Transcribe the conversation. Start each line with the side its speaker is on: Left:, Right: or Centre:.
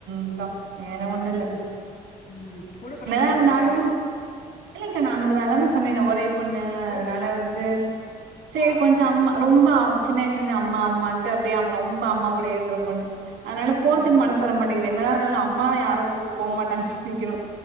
Right: ந்தா வேற ஒன்ன இல்ல
Left: ம் ம் கூட பிறந்தது
Right: என்னதா இருந்தாளும்
Left: எத்தன பேரு
Right: இல்லைங்கா நா மட்டுதா அதானே சொன்னேனே ஒரே பொண்ணு அதனால
Left: ஓ
Right: வந்து
Left: ம்
Right: சரி
Left: ஆ
Right: கொஞ்ச
Left: ஆ
Right: அம்மா ரொம்ப சின்ன வயசுல இருந்து அம்மா அம்மான்ட்டு அப்டியே ரொம்ப அம்மா கூட இருக்கற பொண்ணு அதனால போறதுக்கு
Left: ம்
Right: மனசு வர மாட்டேங்குது என்னதானாலு அம்மா யாரும் விட்டு போக மாட்டாங்க சீக்கிறோ